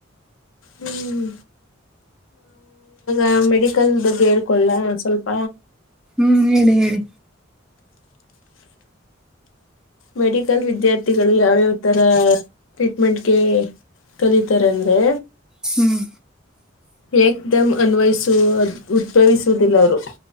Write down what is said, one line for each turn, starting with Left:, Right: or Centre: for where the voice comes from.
Left: ಹ್ಮ್ ಆ ಮೆಡಿಕಲ್ ಬಗ್ಗೆ ಹೇಳ್ಕೊಳ್ಳಾ ಒಂದ್ ಸ್ವಲ್ಪ.
Centre: ಹ್ಮ್ ಹೇಳಿ ಹೇಳಿ
Left: ಮೆಡಿಕಲ್ ವಿದ್ಯಾರ್ಥಿಗಳು ಯಾವ್ಯಾವ ತರ ಟ್ರೀಟ್ಮೆಂಟ್ಗೆ ಕಲಿತಾರೆ ಅಂದ್ರೆ
Centre: ಹ್ಮ್
Left: ಏಕ್ ದಮ್ ಅನ್ವಯಿಸುವ್ ಉದ್ಭವಿಸುವುದಿಲ್ಲ ಅವರು